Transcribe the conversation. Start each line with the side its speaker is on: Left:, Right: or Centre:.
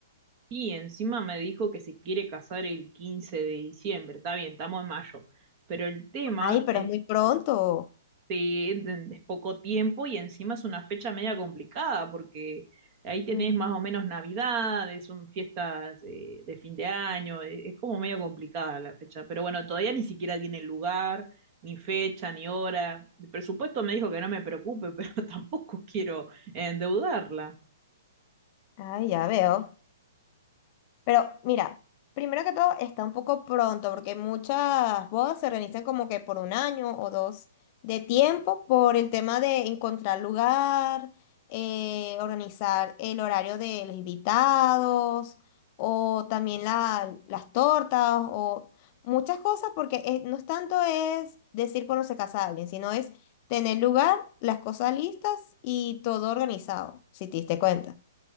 Right: Y encima me dijo que se quiere casar el 15 de diciembre. Está bien, estamos en mayo. Pero el tema
Left: Ay, pero
Right: es
Left: es muy pronto.
Right: Sí, en- es poco tiempo y encima es una fecha media complicada porque ahí tenés
Left: Mm,
Right: más o menos Navidades, son fiestas eh, de fin de año, e- es como medio complicada la fecha, pero bueno, todavía ni siquiera tiene lugar, ni fecha, ni hora. El presupuesto me dijo que no me preocupe, <laughs> pero tampoco quiero endeudarla.
Left: Ay, ya veo. Pero mira, primero que todo está un poco pronto porque muchas bodas se organizan como que por un año o dos de tiempo por el tema de encontrar lugar, eh, organizar el horario de los invitados o también la- las tortas o muchas cosas porque eh, no es tanto es decir cuando se casa alguien, sino es tener lugar, las cosas listas y todo organizado, si te diste cuenta.